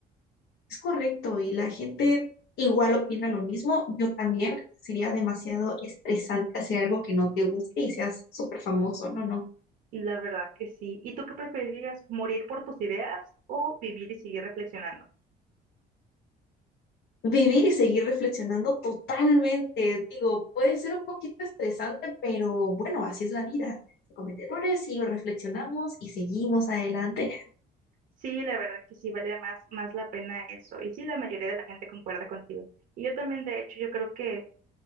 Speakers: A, on the left; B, on the right.
A: Es correcto, y la gente igual opina lo mismo. Yo también sería demasiado estresante hacer algo que no te guste y seas súper famoso. No, no.
B: La verdad que sí. ¿Y tú qué preferirías, morir por tus ideas o vivir y seguir reflexionando?
A: Vivir y seguir reflexionando totalmente. Digo, puede ser un poquito estresante, pero bueno, así es la vida. Se comete errores y reflexionamos y seguimos adelante.
B: Sí, la verdad que sí vale más, más la pena eso. Y sí, la mayoría de la gente concuerda contigo. Y yo también, de hecho, yo creo que